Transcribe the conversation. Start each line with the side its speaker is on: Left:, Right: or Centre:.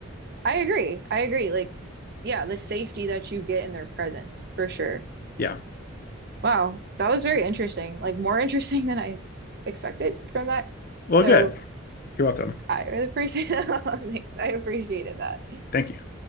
Right: I agree. I agree. Like, yeah, the safety that you get in their presence for sure.
Left: Yeah.
Right: Wow, that was very interesting. Like more <laughs> interesting than I expected from that.
Left: Well,
Right: So
Left: good. You're welcome.
Right: I really appreciate <laughs> that. Thanks. I appreciated that.
Left: Thank you.